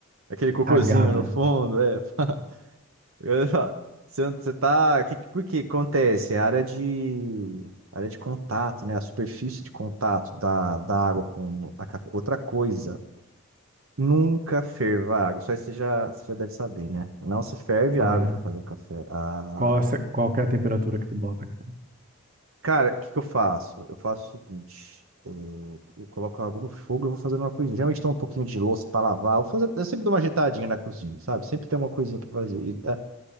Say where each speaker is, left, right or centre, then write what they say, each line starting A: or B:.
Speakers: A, on the right; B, on the right.
A: aquele cocôzinho
B: cagada,
A: no fundo. É. <laughs> Eu falo, Você, você tá. Que, que- por que acontece? É a área de. Área de contato, né? A superfície de contato da, da água com a café. Outra coisa, nunca ferva a água. Só Isso aí você já, você já deve saber, né? Não se ferve
B: Clara.
A: a água para fazer o café. A-
B: Qual, é essa- qual que é a temperatura que tu bota, cara?
A: Cara, o que que eu faço? Eu faço o seguinte: eh, eu coloco a água no fogo e vou fazendo uma coisinha. Geralmente tem um pouquinho de louça pra lavar. Eu, fazer, eu sempre dou uma ajeitadinha na cozinha, sabe? Sempre tem uma coisinha pra fazer. E, ah,